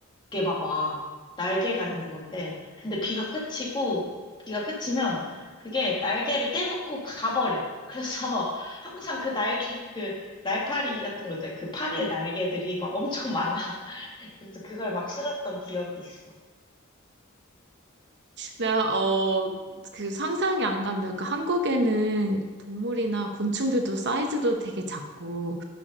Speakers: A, on the left (about 20°); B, on the right (about 55°).
A: 이게 막 와. 날개가 있는 건데 근데 비가 그치고 비가 그치면 그게 날개를 떼놓고 가버려. 그래서 <laughs> 항상 그 날개 그 날파리 같은 거 있잖아. 그 파리의 날개들이 막 엄청 많아. <laughs> 그래서 그걸 막 실었던 기억이 있어.
B: 내가 어 그 상상이 안 간다. 그러니까 한국에는 동물이나 곤충들도 사이즈도 되게 작고